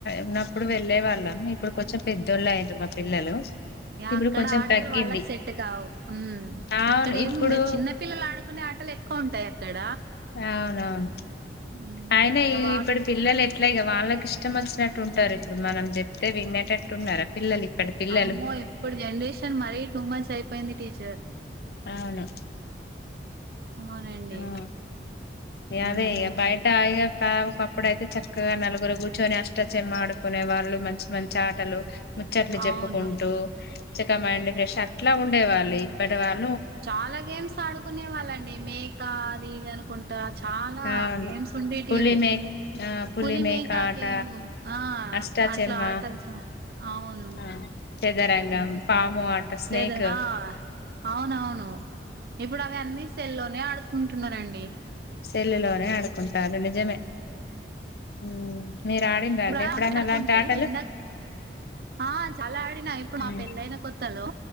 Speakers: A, on the left (about 60°); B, on the right (about 55°).
A: ఉన్నప్పుడు వెళ్ళే వాళ్ళం ఇప్పుడు కొంచెం పెద్దోళ్ళు అయిర్రు మా పిల్లలు
B: ఇ
A: ఇప్పుడు
B: అక్కడ
A: కొంచెం
B: ఆటలు
A: తగ్గింది
B: వాళ్ళకి సెట్ కావు ఉమ్
A: అవును
B: అక్కడ ఏముండేదు
A: ఇప్పుడు
B: చిన్న పిల్లలు ఆడుకునే ఆట టలు ఎక్కువ ఉంటాయి అక్కడ
A: అవునవును
B: ఉమ్
A: అయిన
B: ఇగ
A: ఈ
B: వాక్
A: ఇప్పుడు పిల్లలు ఎట్ల ట్లగ వాళ్ళకి ఇష్టం వచ్చినట్టు ఉంటారు ఇప్పుడు మనం చెప్తే వినేటట్టు ఉన్నార పిల్లలు ఇప్పటి పిల్లలు
B: అమ్మో ఇప్పుడు జనరేషన్ మరీ టూ మచ్ అయిపోయింది టీచర్
A: అవును
B: అవునండి
A: ఆ
B: మ్మ్
A: అదే ఇగ బయట ఆగ ట ఒకప్పుడు అయితే చక్కగా నలుగురు కూర్చొని అష్టచమ్మ ఆడుకునే వాళ్ళు మంచి మంచి ఆటలు ముచ్చట్లు
B: అవును
A: చెప్పుకుంటూ చక మైండ్ ఫ్రెష్ అట్లా ఉండే వాళ్ళు ఇప్పటి వాళ్
B: చాలా గేమ్స్ ఆడుకునే వాళ్ళండి మేకా అది ఇది అనుకుంటా చాలా
A: ఆ అవును
B: గేమ్స్ ఉండే
A: పులి
B: టీవీ
A: మే ఆ పులిమేక
B: పులి మేకా
A: ఆట
B: గేమ్ ఆ
A: అష్టాచెమ్మ
B: అట్లా ఆటల్ చానా అవును
A: ఆ చదరంగం
B: మ్మ్
A: పాము ఆట స్నేక్
B: చెదర
A: అ
B: ఆ అవునవును ఇప్పుడు అవి అన్నీ సెల్లోనే ఆడుకుంటున్నారండి
A: సెల్లు లోనే ఆడుకుంటారు నిజమే ఉమ్ మీరు ఆడిండ్రా
B: ఇప్పుడు
A: అండి ఎప్పుడైనా
B: ఆడుకుంటే
A: అలాంటి ఆటలు
B: ఎండా ఆ చాలా ఆడినా ఇప్పుడు మా
A: ఉమ్,
B: పెళ్ళయిన కొత్తలో